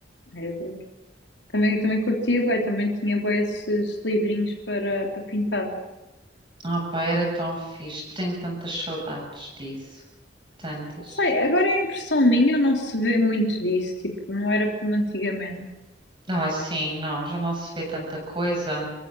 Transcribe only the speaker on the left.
é bom. Também, também curtia, bué, também tinha bué esses livrinhos para, para pintar.
Não sei, agora é impressão minha, não se vê muito disso, tipo, não era como antigamente.